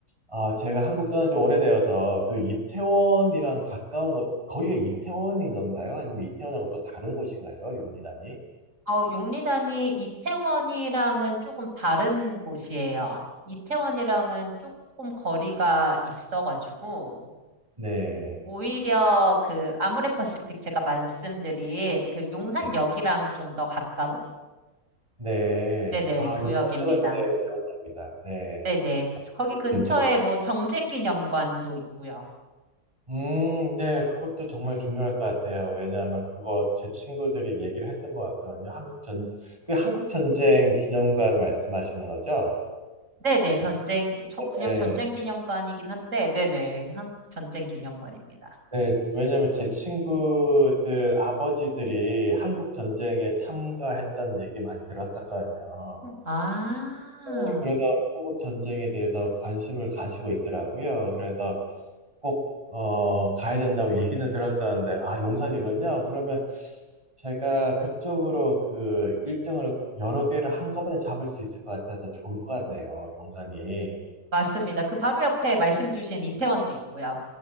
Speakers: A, on the right (about 20°); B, on the right (about 50°).
A: 아, 제가 한국 떠난 지 오래되어서 그 이태원이랑 가까운 곳, 거기가 이태원인 건가요? 아니면 이태원하고 또 다른 곳인가요? 용리단이?
B: 어, 용리단이 이태원이랑은 조금 다른 곳이에요. 이태원이랑은 조금 거리가 있어가지고,
A: 네.
B: 오히려 그 아모레퍼시픽 제가 말씀드린 그 용산역이랑
A: 네.
B: 좀 더 가까운
A: 네.
B: 네네,
A: 아,
B: 구역입니다.
A: 용산역은 네, 기억납니다. 네.
B: 네네. 거기
A: 그
B: 근처에
A: 근처.
B: 뭐 정쟁기념관도 있고요.
A: 음, 네. 그것도 정말 중요할 것 같아요. 왜냐하면 그거 제 친구들이 얘기를 했던 것 같거든요. 한국 전, 그 한국 전쟁 기념관 말씀하시는 거죠?
B: 네네, 전쟁, 저- 그냥
A: 네.
B: 전쟁기념관이긴 한데, 네네, 한, 전쟁기념관입니다.
A: 네, 왜냐면 제 친구들 아버지들이 한국 전쟁에 참가했다는 얘기 많이 들었었거든요.
B: 아,
A: 네, 그래서 한국 전쟁에 대해서 관심을 가지고 있더라고요. 그래서 꼭, 어, 가야 된다고 얘기는 들었었는데, 아, 용산이군요. 그러면 제가 그쪽으로 그 일정을 여러 개를 한꺼번에 잡을 수 있을 것 같아서 좋을 것 같네요. 용산이.
B: 맞습니다. 그 바로 옆에 말씀 주신 이태원도 있고요.